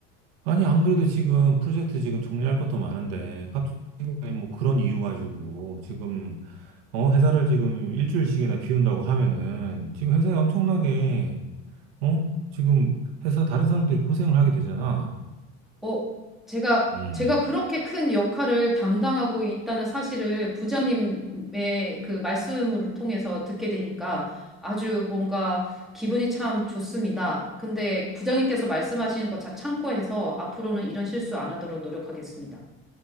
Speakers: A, on the right; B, in the centre.
A: 아니, 안 그래도 지금 프로젝트 지금 정리할 것도 많은데 갑자기 뭐 그런 이유 가지고 지금 어, 회사를 지금 일주일씩이나 비운다고 하면은 지금 회사에
B: 네.
A: 엄청나게 어? 지금 회사 다른 사람들이 고생을 하게 되잖아.
B: 어, 제가,
A: 음.
B: 제가 그렇게 큰 역할을 담당하고 있다는 사실을 부장님의 그 말씀을 통해서 듣게 되니까 아주 뭔가 기분이 참 좋습니다. 근데 부장님께서 말씀하신 거 다 참고해서 앞으로는 이런 실수 안 하도록 노력하겠습니다.